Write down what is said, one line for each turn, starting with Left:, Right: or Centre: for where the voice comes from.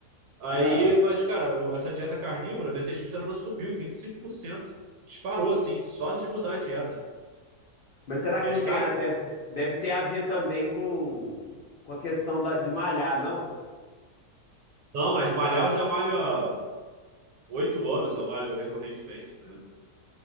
Right: Aí,
Left: Não.
Right: mas, cara, eu- essa dieta carnívora, minha testosterona subiu vinte e cinco por cento Disparou, assim, só de mudar a dieta.
Left: mas será
Right: Minhas
Left: que não
Right: cargas.
Left: tem a, deve, deve ter a ver também com, com a questão da, de malhar, não?
Right: Não, mas malhar eu já malho há oito anos, eu malho recorrentemente. né?